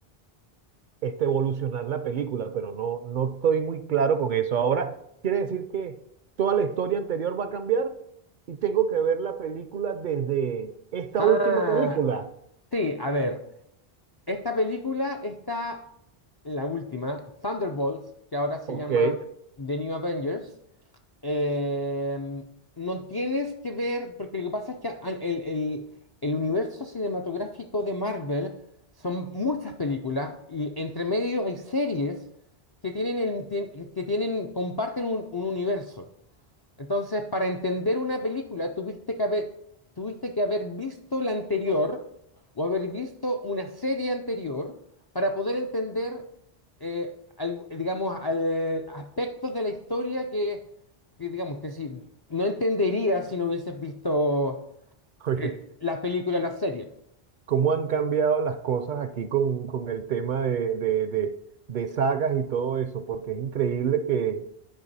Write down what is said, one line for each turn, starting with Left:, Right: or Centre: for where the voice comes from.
Right: este, evolucionar la película, pero no, no estoy muy claro con eso. Ahora, quiere decir que toda la historia anterior va a cambiar y tengo que ver la película desde esta
Left: Ah,
Right: última película.
Left: sí, a ver. Esta película está, la última, Thunderbolts, que ahora se
Right: Ok,
Left: llama
Right: <laughs>
Left: The New Avengers. eh, no tienes que ver, porque lo que pasa es que al- el, el- el universo cinematográfico de Marvel son muchas películas y entre medio hay series que tienen, el- tien- que tienen, comparten un un universo. Entonces, para entender una película, tuviste que haber, tuviste que haber visto la anterior o haber visto una serie anterior para poder entender, eh, al- digamos, al- aspectos de la historia que, que, digamos, que si, no entenderías si no hubieses visto
Right: Oye,
Left: eh, las películas, las series.
Right: ¿cómo han cambiado las cosas aquí con, con el tema de, de, de- de sagas y todo eso? Porque es increíble que